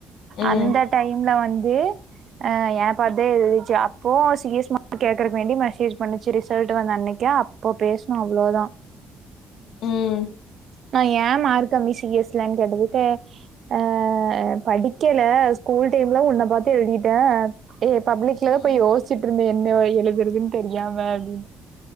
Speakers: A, on the left (about 75°); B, on the right (about 50°).
A: ம்
B: அந்த டைம்ல வந்து ஆ ஏ பாத் தா எழுதிச்சு அப்போ சி எஸ் மார்க் கேக்கறக் வேண்டி மெசேஜ் பண்ணுச்சு ரிசல்ட் வந்தன்னைக்கே அப் போ பேஸ்னோ அவ்ளோ தா
A: ம்
B: நா ஏ மார்க் கம்மி சி எஸ் லன் கேட்டதுக்கு அ படிக்கல ஸ்கூல் டைம்ல உன்ன பாத்து எழுதீட்டே ஏ பப்ளிக்ல
A: ம்
B: தா போய் யோஸ்ச்சிட்ருந்த என்ன எழுதறதுன் தெரியாம அப்டினு